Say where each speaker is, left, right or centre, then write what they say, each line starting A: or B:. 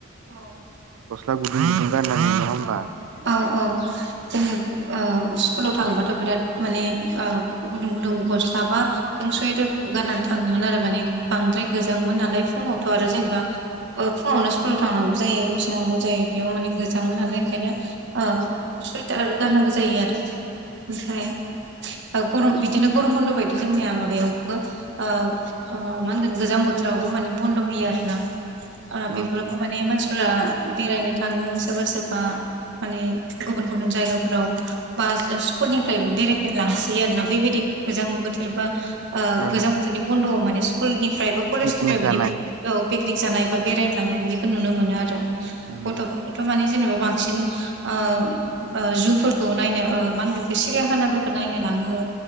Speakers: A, on the right; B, on the right.
A: औ
B: गस्ला गुदुं गुदुं गाननानै नङा होनबा
A: औ औ औ जोङो ओ स्कुलाव थाङोबाथ' बिराद माने गुदुं गुदुं गस्ला बा जों सुवेटारखौ गारनानै थाङोमोन आरो माने बांद्राय गोजाङोमोन नालाय फुङावथ' आरो जेनेबा ओ फुङावनो स्कुलाव थांनांगौ जायो उथिनांगौ जायो बेयाव माने थाङो नालाय ओंखायनो ओ सुइटार गाननांगौ जायो आरो ओमफ्राय गरम बिदिनो गरम बन्द' बायदि जोंनिया माबायावबो ओ ओ मा होनगोन गोजां बोथोरावबो माने बन्द' होयो आरोना। ओ
B: नंगौ
A: बेफोरावबो माने मानसिफोरा बेरायनो थाङो सोरबा सोरबा माने गुबुन गुबुन जायगाफोराव बा स्कुलनिफ्रायबो बेरायनो लांसोयो आरोना बेबायदि गोजां बोथोरबा। ओ
B: औ
A: गोजां बोथोरनि बन्द' माने स्कुलनिफ्राय बा कलेजनिफ्राय
B: पिकनिक
A: बिदि
B: जानाय
A: औ पिकनिक जानाय बा बेरायनो लांनाय बिदिखौ नुनो मोनो आरो
B: उम
A: गथ'फोरखौथ' माने जेनेबा बांसिन ओ जुफोरखौ नायनो मा होनगोन सिरियाखानाफोरखौ नायनो लाङो